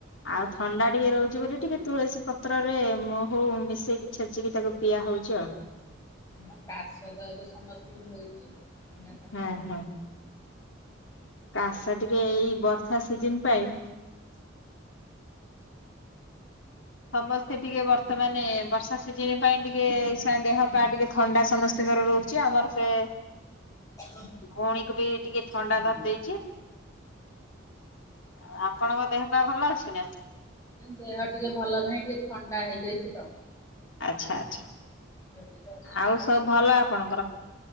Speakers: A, on the left; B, on the left.
A: ଆଉ ଥଣ୍ଡା ଟିକେ ରହୁଛି ବୋଲି ଟିକେ ତୁଳସୀ ପ ପତ୍ରରେ ମହୁ ମିଶେଇକି ଛେଚିକି ତାକୁ ପିଆ ହଉଛି ଆଉ।
B: ହଁ କାଶ ତ ଏବେ ସମସ୍ତିଙ୍କି ହଉଛି। ଥଣ୍ଡା କାଶ।
A: ହଁ-ହଁ। କାଶ ଟିକେ ଏଇ ବର୍ଷା ସିଜନ ପାଇଁ ସମସ୍ତେ ଟିକେ ବର୍ତ୍ତମାନ ବର୍ଷା ସିଜନ ପାଇଁ ଟିକେ ସଂଗ ଦେହ ପା
B: କାଶ
A: ଟିକେ ଥଣ୍ଡା
B: ଏମିତି ଲାଗି
A: ସମସ୍ତଙ୍କର ରହୁଛି ଆମର ସେ
B: ଆଉ
A: ଭଉଣୀକୁ ବି ଟିକେ ଥଣ୍ଡା
B: ହୁଁ
A: ଧରି ଦେଇଛି। ଆଉ ଆପଣଙ୍କ ଦେହ ପା ଭଲ ଅଛି ନା?
B: ନାଇ ଦେହ ଟିକେ ଭଲ ନାହିଁ ଟିକେ ଥଣ୍ଡା ହେଇଯାଇଛି ତ।
A: ଆଚ୍ଛା ଆଚ୍ଛା
B: ଦେହ ଟିକେ ଅସୁସ୍ଥ
A: ଆଉ ସବୁ ଭଲ ଆପଣଙ୍କର?